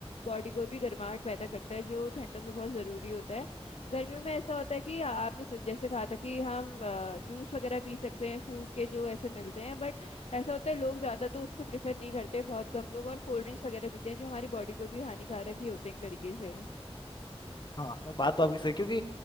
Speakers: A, on the left; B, on the left.
A: बॉडी को भी गर्माहट पैदा करता है जो ठंडों में बहुत ज़रूरी होता है गर्मियों में ऐसा होता है कि आपने स- जैसे कहा था कि हम जूस वगैरह पी सकते हैं फ्रूट के जो ऐसे मिलते हैं बट ऐसा होता है लोग ज़्यादा तो उसको प्रेफर नहीं करते बहुत कम लोग और कोल्ड ड्रिंक्स वगैरह पीते हैं जो हमारी बॉडी को भी हानिकारक ही होते हैं एक तरीके से
B: हाँ बात तो आपकी सही क्योंकि